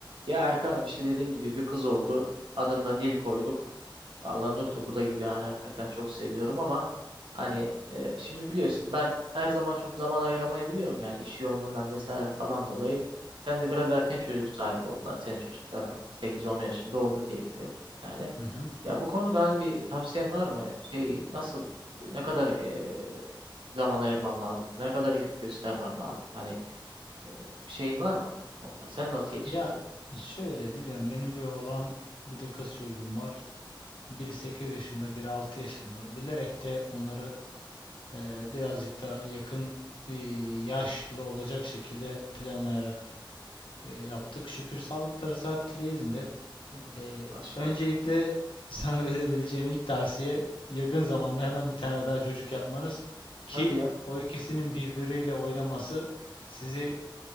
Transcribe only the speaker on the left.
Hı hı.
Ya şöyle biliyorum benim bir oğlan bir de kız çocuğum var. Biri 8 yaşında, biri 6 yaşında. Bilerek de onları eee, birazcık daha yakın eee, yaşlı olacak şekilde planlayarak eee, yaptık. Şükür sağlıkları saatleri yerinde.
Eee,
öncelikle sana <laughs> verebileceğim ilk tavsiye yakın zamanda hemen bir tane daha çocuk yapmanız ki
o ikisinin birbiriyle oynaması sizi